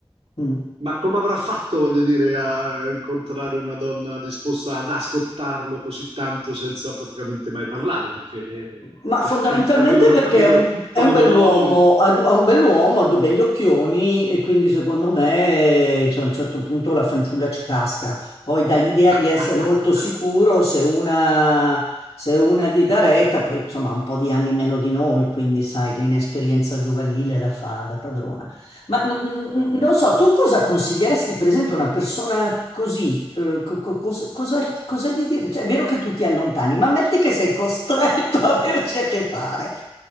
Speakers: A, on the left (about 70°); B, on the right (about 85°).
A: Mm.
B: Ma come avrà fatto, voglio dire, a incontrare una donna disposta ad ascoltarlo così tanto senza praticamente mai parlare? Perché, eh,
A: Ma fondamentalmente
B: <laughs> a quello che
A: perché
B: ho capito,
A: è un,
B: sono
A: è un bell'uomo,
B: monologhi.
A: ha, du- ha un bell'uomo, ha due begli occhioni e quindi secondo me cioè, a un certo punto la fanciulla ci casca. Poi dà l'idea
B: <laughs>
A: di essere molto sicuro se una, se una gli dà retta, poi insomma ha un po' di anni meno di noi, quindi sai, l'inesperienza giovanile la fa da padrona. Ma mm,
B: Capisco.
A: mm, non so, tu cosa consiglieresti, per esempio, a una persona così? eh, co- co- cos- cosa, cosa gli dire? Cioè, è vero che tu ti allontani, ma metti che sei costretto <laughs> a averci a che fare.